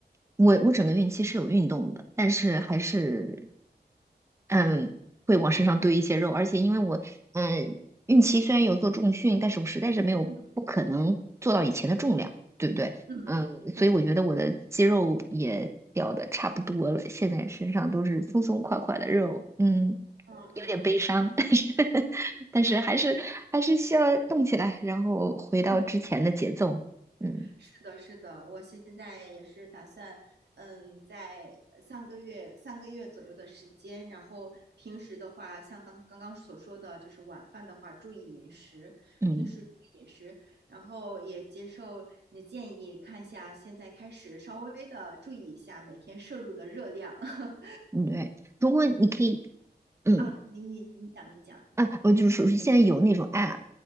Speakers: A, on the right (about 15°); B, on the right (about 80°).
A: 我我整个孕期是有运动的，但是还是嗯会往身上堆一些肉，而且因为我嗯孕期虽然有做重训，但是我实在是没有不可能做到以前的重量，
B: 嗯
A: 对不对？
B: 嗯，
A: 嗯，所以我觉得我的肌肉也掉的差不多了，
B: 对，
A: 现在身上都是松松垮垮的肉，嗯，
B: 嗯嗯
A: 有点悲伤，但是 <laughs> 但是还是还是需要动起来，然后回到之前的节奏，
B: 嗯，是。
A: 嗯
B: 是的，是的，我现在也是打算，嗯，在三个月三个月左右的时间，然后平时的话，像刚刚刚所说的，就是晚饭的话，注意饮食，
A: 嗯。
B: 平时注意饮食，然后也接受你的建议，看一下现在开始稍微的注意一下每天摄入的热量。<laughs>
A: 嗯对，如果你可以，嗯，
B: 啊，你你你讲，你讲，
A: 啊，我就是说现在有那种 app，